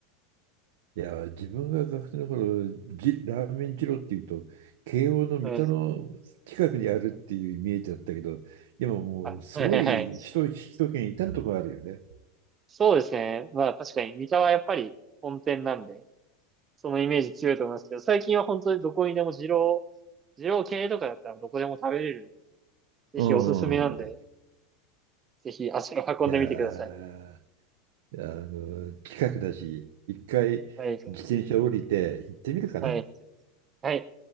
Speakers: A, on the right; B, on the right.
A: いや、自分が学生の頃、じラーメン二郎っていうと、慶応の三田の近くにあるっていうイメージだったけど、
B: うん。
A: 今もうすごい首都、
B: あはいはいはい。
A: 首都圏至るところあるよね。
B: そうですね。まあ確かに、三田はやっぱり本店なんで、そのイメージ強いと思いますけど、最近は本当にどこにでも二郎、二郎系とかだったらどこでも食べれるんで、ぜひおすすめなんで、
A: うん。
B: ぜひ足を運んでみてください。
A: じゃあ、あの、近くだし、一回自転車降りて行ってみるかな。
B: はい。はい。はい。